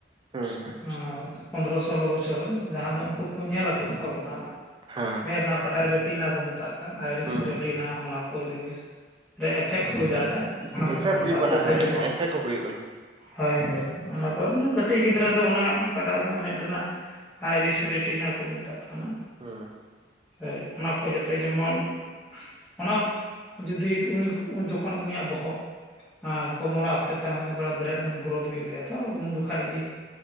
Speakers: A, on the right; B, in the centre.
A: ᱦᱩᱸ ᱦᱩᱸ
B: ᱦᱩᱸ ᱯᱚᱱᱫᱽᱨᱚ ᱥᱳᱞᱞᱳ ᱵᱚᱪᱷᱚᱨ ᱨᱮᱱ ᱡᱟᱦᱟᱸ ᱫᱚ ᱩᱱᱠᱩ ᱠᱚ ᱧᱮᱞᱟᱚ ᱛᱷᱚᱨ ᱚᱱᱟ ᱨᱮᱱᱟᱜ
A: ᱦᱮᱸ
B: ᱢᱮᱫ ᱨᱮᱱᱟᱜ ᱚᱠᱟᱴᱟᱜ ᱨᱮᱴᱤᱱᱟ ᱠᱚ ᱢᱮᱛᱟᱜ ᱠᱟᱱ ᱟᱭᱨᱤᱥ
A: ᱦᱩᱸ
B: ᱨᱮᱴᱤᱱᱟ
A: ᱦᱩᱸ
B: ᱚᱱᱟ ᱠᱚ ᱡᱤᱱᱤᱥ ᱨᱮ ᱮᱯᱷᱮᱠᱴ ᱦᱩᱭ ᱫᱟᱲᱮᱭᱟᱜᱼᱟ ᱚᱱᱟ ᱠᱚ
A: ᱮᱯᱷᱮᱠ
B: ᱵᱟᱧᱪᱟᱣ
A: ᱦᱩᱭᱩᱜ ᱠᱟᱱᱟ
B: ᱡᱟᱛᱮ
A: ᱦᱳᱭ
B: ᱡᱮᱢᱚᱱ᱾
A: ᱦᱳᱭ ᱮᱯᱷᱮᱠ ᱠᱚ ᱦᱩᱭᱩᱜ ᱠᱟᱱᱟ
B: ᱦᱳᱭ ᱦᱳᱭ ᱚᱱᱟ ᱠᱚ ᱠᱟᱹᱴᱤᱡ ᱜᱤᱫᱽᱨᱟᱹ ᱫᱚ ᱚᱱᱟ ᱚᱠᱟᱴᱟᱜ ᱫᱚ ᱢᱮᱫ ᱨᱮᱱᱟᱜ ᱟᱭᱨᱤᱥ ᱨᱮᱴᱤᱱᱟ ᱠᱚ ᱢᱮᱛᱟᱜ ᱠᱟᱱᱟ᱾
A: ᱦᱩᱸ
B: ᱦᱳᱭ ᱚᱱᱟ ᱠᱚ ᱡᱟᱛᱮ ᱡᱮᱢᱚᱱ ᱟᱱᱟ ᱡᱩᱫᱤ ᱩᱱᱤ ᱡᱚᱠᱷᱚᱱ ᱩᱱᱤᱭᱟᱜ ᱵᱚᱦᱚᱜ᱾ ᱟᱸ ᱠᱚᱢᱞᱟ ᱚᱠᱛᱮ ᱨᱮ ᱛᱟᱦᱮ ᱚ ᱵᱨᱮᱱ ᱜᱨᱳᱛᱷ ᱦᱩᱭᱩᱜ ᱛᱟᱭᱟ ᱛᱚ ᱩᱱ ᱡᱚᱠᱷᱟ ᱜᱮ᱾